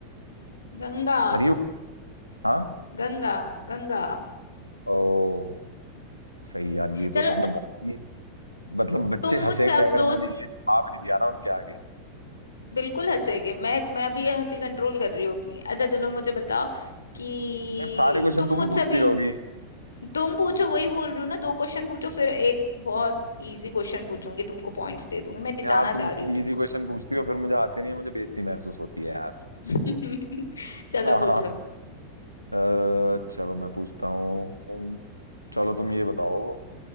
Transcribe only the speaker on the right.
सरयू हाँ
ओ सही यार ये
तो सच में बहुत ही मतलब बच्चे
हंसेंगे
अगर
मैंने ये जवाब नहीं दिया ना उनके आगे
यार सारे क्वेश्चन
तुम
ही पूछती
रहोगी
यार तुम
इजी
क्वेश्चन पूछती हो फिर मुझे आते नहीं है मुझे बेइज्जती महसूस होती है यार
<laughs>
अ, चलो मैं पूछता हूँ चलो तुम ये बताओ